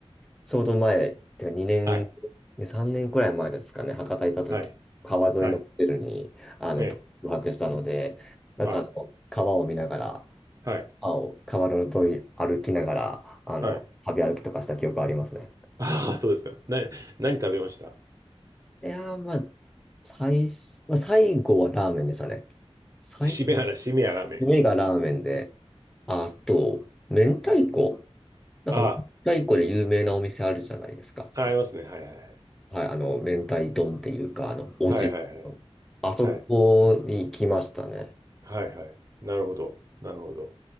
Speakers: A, in the centre; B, on the right.
A: ちょうど前、てか2年、
B: はい。
A: ね、3年くらい前ですかね、博多行った時、
B: はい。
A: 川沿いのホテルに、
B: はい。
A: あの、
B: ええ。
A: 宿泊したので、なんかあの、
B: はい。
A: 川を見ながら、
B: はい。
A: 青、川の沿い歩きながら、あの、
B: はい。
A: 旅歩きとかした記憶ありますね。
B: ああ、そうですか。な、何食べました
A: いやー、まあ、最初、まあ、最後はラーメンでしたね。最初、
B: しめやら、しめやラーメン。
A: 目がラーメンで、あと、明太子。なんか、
B: あ
A: 明太子で有名なお店あるじゃないですか。
B: あ、ありますね。はいはいはい。
A: はい、あの、明太丼っていうか、あの、おうち、
B: はいはいはい。
A: あそこに行きましたね。
B: はい。はいはい。なるほど。なるほど。